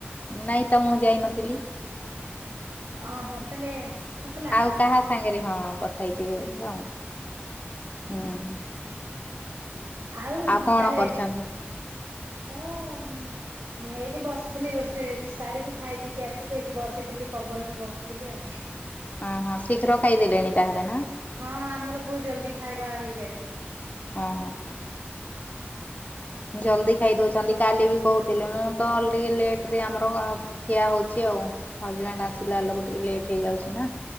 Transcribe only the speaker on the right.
ଅଁ, ହଁ ତାଲେ ଆଉ ତାଲେ ଆ,
ହୁଁ,
ଅଁ, ଅଁ, ହଁ
ଆଉ
ତାଲେ
ମୋ ହୁଁ ହୁଁ, ଏଇଟି ବସିଥିଲି ରୋଷେଇ ବି ସାରିକି ଖାଇ ପିଇକି ଆସିକି ଏଠି ବସିଥିଲି ପବନରେ ବସୁଥିଲି ଆଉ। <inaudible>
ହଁ ଆମର ବହୁତ ଜଲଦି ଖାଇବା ହେଇଯାଏ।